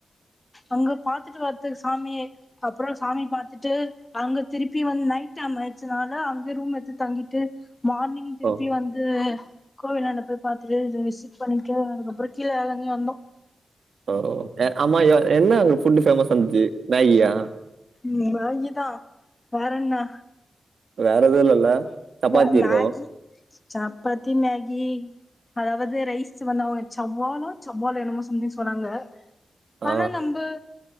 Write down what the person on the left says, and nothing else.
அங்க பாத்துட்டு வரத்து சாமிய அப்புறோ சாமி பாத்துட்டு அங்க திருப்பி வந்து நைட் டைம் ஆயிச்சனால அங்கயே ரூம் எத்து தங்கிட்டு மார்னிங் திருப்பி
வந்து கோவிலாண்ட போய் பாத்தட்டு விசிட் பண்ணிக்க அதுக்கப்புறோ கீழ எதங்கி வந்தோ
ம் மேகித வேறன்னா
ப்ப மேகி
சப்பாத்தி மேகி அதாவது ரைஸ் வந்தவங்க சவ்வாலோ சவ்வாலோ என்னுமோ சம்திங்க சொன்னாங்க
ஆனா நம்ப